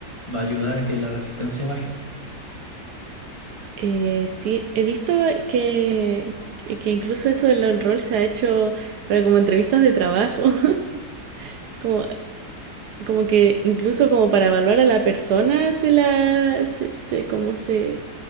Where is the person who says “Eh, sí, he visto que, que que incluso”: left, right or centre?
Right